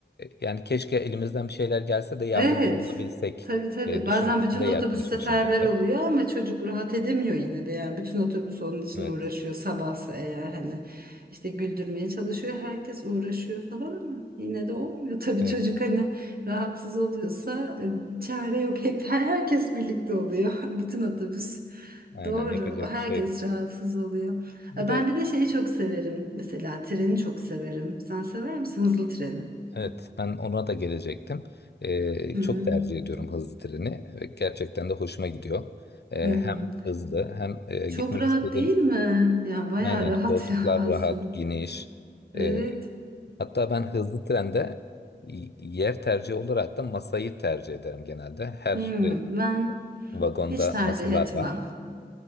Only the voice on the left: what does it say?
yani keşke elimizden bir şeyler gelse de yardımcı
olabilsek
e, düşüncesinde
yaklaşmışımdır
hep.
Evet.
Evet.
Aynen
yapacak
bir şey yok.
Bir
de
Evet, ben ona da gelecektim. Ee,
çok
tercih ediyorum hızlı treni. ve Gerçekten de hoşuma gidiyor. Ee,
hem hızlı hem e,
gitmek
istediğim
aynen
koltuklar
rahat,
geniş.
Ee, hatta ben hızlı trende y- yer tercihi olarak da masayı tercih ederim genelde. Her
e,
vagonda
masalar
var.